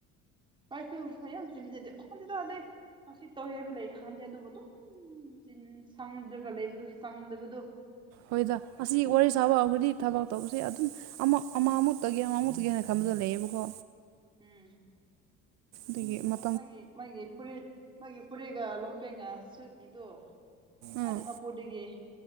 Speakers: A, on the right; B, on the right.
A: ꯑꯩꯁꯨ ꯍꯣꯏ ꯌꯥꯝ ꯆꯤꯟꯖꯗꯦ ꯈꯣꯟꯗꯦꯗ ꯑꯗꯩ ꯉꯁꯤ ꯇꯧꯋꯦ ꯍꯥꯏꯕ ꯂꯩ ꯈꯪꯗꯦ ꯑꯗꯨꯕꯨ ꯑꯗꯨꯝ ꯆꯤꯟ ꯁꯪꯗ꯭ꯔꯒ ꯂꯩꯕꯗꯨ ꯁꯪꯗꯕꯗꯨ
B: ꯍꯣꯏꯗ ꯑꯁꯤ ꯋꯥꯔꯤ ꯁꯥꯕ ꯍꯧꯈ꯭ꯔꯗꯤ ꯊꯕꯛ ꯇꯧꯕꯁꯤ ꯑꯗꯨꯝ ꯑꯃ ꯑꯃ ꯑꯃꯨꯛ ꯇꯧꯒꯤ ꯑꯃ ꯑꯃꯨꯛ ꯇꯧꯒꯤꯅ ꯊꯝꯕꯗꯣ ꯂꯩꯌꯦꯕꯀꯣ
A: ꯎꯝ
B: ꯗꯨꯒꯤ <unintelligible>
A: ꯃꯥꯒꯤ ꯃꯥꯒꯤ ꯐꯨꯔꯤꯠ ꯃꯥꯒꯤ ꯐꯨꯔꯤꯠꯒ ꯂꯣꯡꯄꯦꯟꯒ ꯁꯨꯠꯒꯤꯗꯣ <unintelligible>
B: ꯎꯝ
A: ꯄꯨꯔꯗꯒꯤ